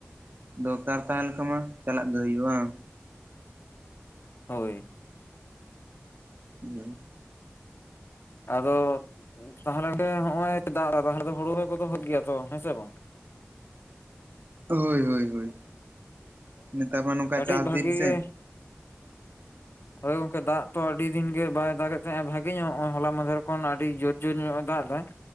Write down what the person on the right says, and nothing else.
ᱫᱚᱨᱠᱟᱨ ᱛᱟᱦᱮᱸ ᱞᱮᱱ ᱠᱷᱟᱱ ᱢᱟ ᱪᱟᱞᱟᱜ ᱜᱮ ᱦᱩᱭᱩᱜᱼᱟ ᱵᱟᱝ
ᱦᱮᱸ
ᱦᱳᱭ ᱦᱳᱭ ᱦᱳᱭ ᱱᱮᱛᱟᱨ ᱢᱟ ᱱᱚᱝᱠᱟ
ᱪᱟᱥ
ᱫᱤᱱ ᱥᱮ
<inaudible>